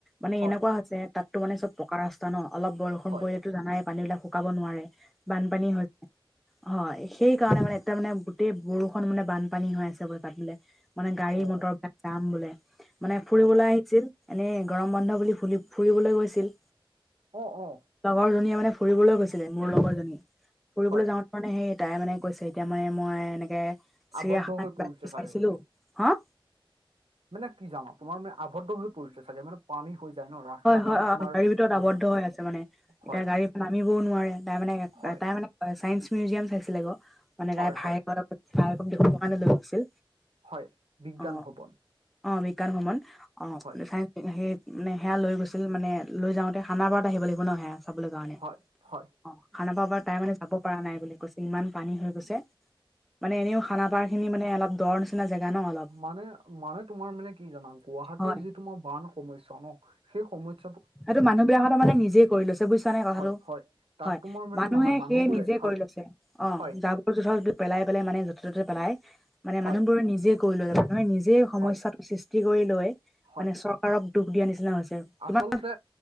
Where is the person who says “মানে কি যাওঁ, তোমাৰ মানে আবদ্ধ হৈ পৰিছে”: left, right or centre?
Right